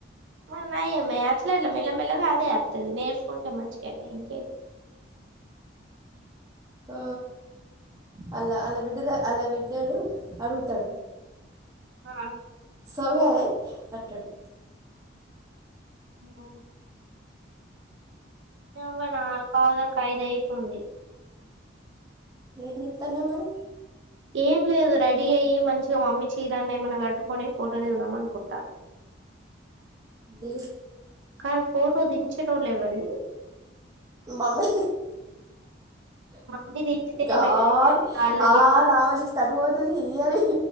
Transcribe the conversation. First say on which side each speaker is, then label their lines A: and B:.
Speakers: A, on the right; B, on the right.
A: మ్ నయమె అట్లా ఇట్లా మెల్లమెల్లగా అదే అత్తది నేర్చుకుంటే మంచిగానే ఇంకే
B: ఆ అల ఆల బిడ్డ అలా బిడ్డడు అడుగుతాడు
A: ఆ
B: సగ కట్టాడు
A: ఆ వ న పావ్ ద ఖైదైతుంది
B: ఏ నిత్తనా మరి
A: ఏం లేదు రెడీ అయ్యి మంచిగా మమ్మీ చీరాన్ని ఏమనా కట్టుకొని ఫోటో దిగుదాం అనుకుంటాన
B: ద
A: కానీ ఫోటో దించెటోళ్ళ్ లెఎవలే
B: మమ్మీ
A: మామ్మి దంచితే
B: గాడ్
A: మె అది కాలు ది
B: ఆ రావాలి తటు పోతది ఈ అని